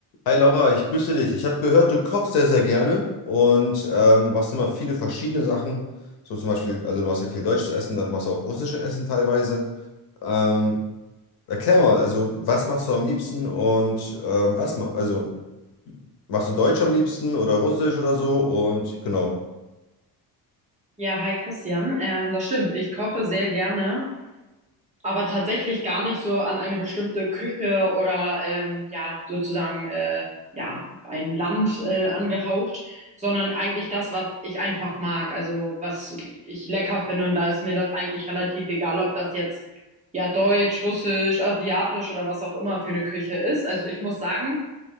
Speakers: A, on the left (about 70°); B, on the right (about 20°).
A: Hi Laura, ich grüße dich. Ich habe gehört, du kochst sehr, sehr gerne und ähm, machst immer viele verschiedene Sachen. So zum Beispiel, also du machst ja viel deutsches Essen, dann machst du auch russisches Essen teilweise. Ähm, erklär mal, also was machst du am liebsten und ähm, was, ma also machst du Deutsch am liebsten oder Russisch oder so und genau.
B: Ja, hi Christian. Ähm, das stimmt. Ich koche sehr gerne, aber tatsächlich gar nicht so an eine bestimmte Küche oder ähm, ja, sozusagen äh, ja, ein Land äh, angehaucht, sondern eigentlich das, was ich einfach mag, also was ich lecker finde und da ist mir das eigentlich relativ egal, ob das jetzt ja deutsch, russisch, asiatisch oder was auch immer für eine Küche ist. Also ich muss sagen,